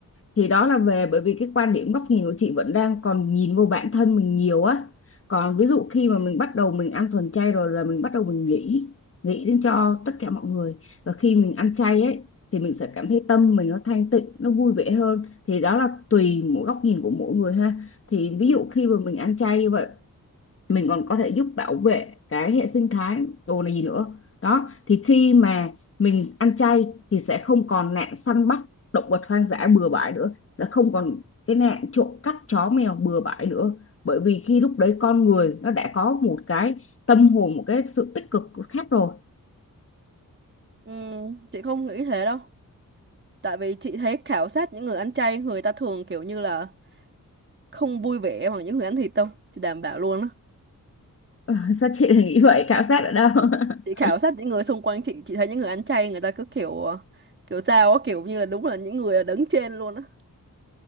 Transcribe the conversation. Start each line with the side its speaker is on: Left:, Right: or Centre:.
Left: thì đó là về bởi vì cái quan điểm góc nhìn của chị vẫn đang còn nhìn vô bản thân mình nhiều á còn ví dụ khi mà mình bắt đầu mình ăn thuần chay rồi là mình bắt đầu mình nghĩ nghĩ đến cho tất cả mọi người và khi mình ăn chay ấy thì mình sẽ cảm thấy tâm mình nó thanh tịnh nó vui vẻ hơn thì đó là tùy mỗi góc nhìn của mỗi người ha thì ví
Right: Ừ.
Left: dụ khi mà mình ăn chay như vậy mình còn có thể giúp bảo vệ cái hệ sinh thái đồ này gì nữa đó thì khi mà mình ăn chay thì sẽ không còn nạn săn bắt động vật hoang dã bừa bãi nữa sẽ không còn cái nạn trộm cắp chó mèo bừa bãi nữa bởi vì khi lúc đấy con người nó đã có một cái tâm hồn một cái sự tích cực khác rồi
Right: ừ, chị không nghĩ thế đâu tại vì chị thấy khảo sát những người ăn chay người ta thường kiểu như là không vui vẻ bằng những người ăn thịt đâu chị đảm bảo luôn á
Left: Ờ, sao chị lại nghĩ vậy khảo sát ở đâu <laughs>
Right: chị khảo sát những người xung quanh chị chị thấy những người ăn chay người ta cứ kiểu ờ, kiểu sao á kiểu như là đúng là những người đứng trên luôn á